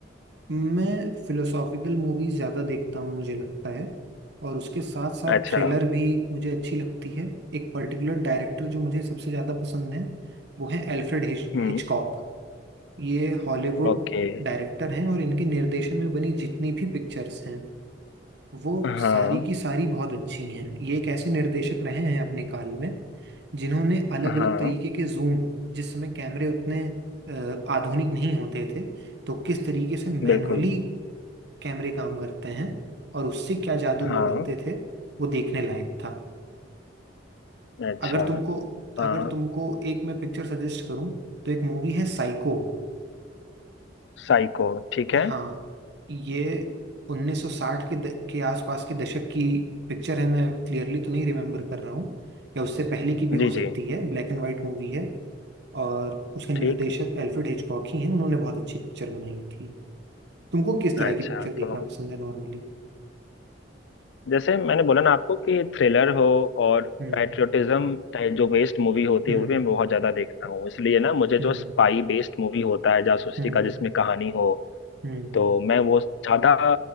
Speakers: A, on the right; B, on the left.
A: मैं फिलोसॉफिकल मूवीज ज़्यादा देखता हूँ मुझे लगता है और उसके साथ साथ
B: अच्छा
A: थ्रिलर भी मुझे अच्छी लगती है एक पर्टिकुलर डायरेक्टर जो मुझे सबसे ज़्यादा पसंद है वो है एल्फ्रेड
B: हम्म
A: हिचकॉक ये हॉलीवुड
B: ओके
A: डायरेक्टर हैं और इनके निर्देशन में बनी जितनी भी पिक्चर्स हैं वो
B: हाँ
A: सारी की सारी बहुत अच्छी हैं ये एक ऐसे निर्देशक रहे हैं अपने काल में जिन्होंने अलग अलग
B: हाँ
A: तरीके के जूम जिस समय कैमरे उतने अ, आधुनिक नहीं होते थे तो किस तरीके से मैनुअली
B: बिल्कुल
A: कैमरे काम करते हैं और उससे क्या जादू
B: हाँ
A: वो करते थे वो देखने लायक था
B: अच्छा
A: अगर तुमको
B: हाँ
A: अगर तुमको एक मैं पिक्चर सजेस्ट करूं तो एक मूवी है साइको
B: साइको ठीक है
A: हाँ ये 1960 के द, के आसपास के दशक की पिक्चर है मैं क्लियरली तो नहीं रिमेम्बर कर रहा हूँ या उससे पहले की भी
B: जी
A: हो सकती
B: जी
A: है ब्लैक एंड वाइट मूवी है और उसके निर्देशक
B: ठीक
A: एल्फ्रेड हिचकॉक ही हैं उन्होंने बहुत अच्छी पिक्चर बनाई थी तुमको किस तरह
B: अच्छा
A: की पिक्चर देखना
B: तो
A: पसंद है नॉर्मली
B: जैसे मैंने बोला ना आपको कि थ्रिलर हो और
A: हम्म
B: पैट्रियोटिज्म टाइप जो बेस्ड मूवी होती
A: हम्म
B: है वो भी मैं बहुत ज्यादा देखता हूँ इसलिए ना मुझे जो
A: हम्म
B: स्पाई बेस्ड मूवी होता है जासूसी
A: हम्म
B: का जिसमें कहानी हो
A: हम्म
B: तो मैं वो ज़्यादा